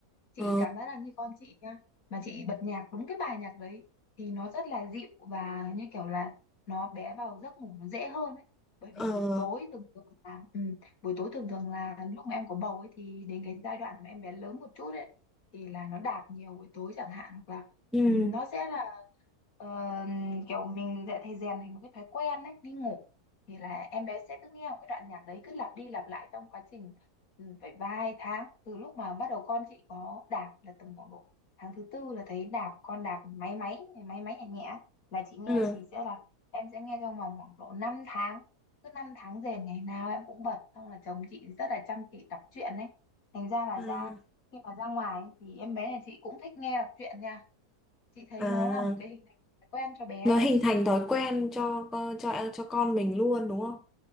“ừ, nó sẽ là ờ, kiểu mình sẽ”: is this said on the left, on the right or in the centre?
Left